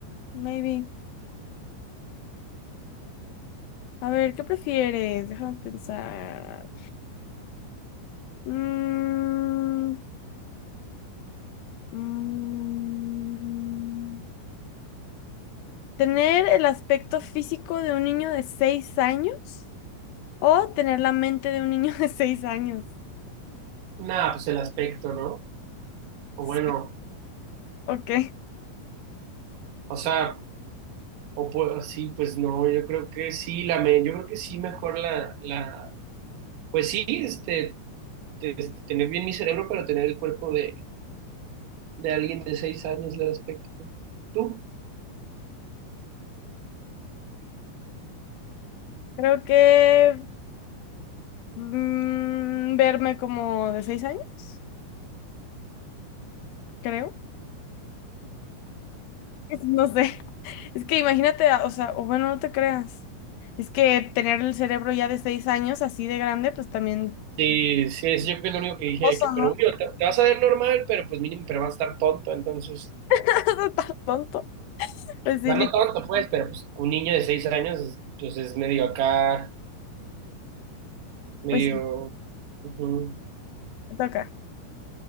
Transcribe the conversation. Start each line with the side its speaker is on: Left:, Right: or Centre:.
Left: maybe. A ver, ¿qué prefieres? Déjame pensar. Mm, mm, ¿Tener el aspecto físico de un niño de seis años o tener la mente de un niño de seis años?
Right: Nada, pues el aspecto, ¿no? O
Left: Sí.
Right: bueno,
Left: Ok,
Right: o sea, o pues, sí, pues no, yo creo que sí, la me, yo creo que sí mejor la, la, pues sí, este, este, tener bien mi cerebro, pero tener el cuerpo de, De alguien de seis años el aspecto. ¿Tú?
Left: creo que mm, verme como de seis años, creo. <laughs> No sé, es que imagínate, a- o sea, o bueno, no te creas. Es que tener el cerebro ya de seis años así de grande, pues también...
Right: sí, sí, es, yo creo que es lo único que dije,
Left: Oso,
Right: que, pero
Left: ¿no?
Right: obvio, te, te vas a ver normal, pero pues mínimo, pero vas a estar tonto, entonces.
Left: <laughs> Estás tonto. Pues sí,
Right: O sea,
Left: lit-
Right: no tonto, pues, pero pues un niño de seis años, es- pues es medio acá, medio...
Left: pues sí,
Right: ujú.
Left: me toca.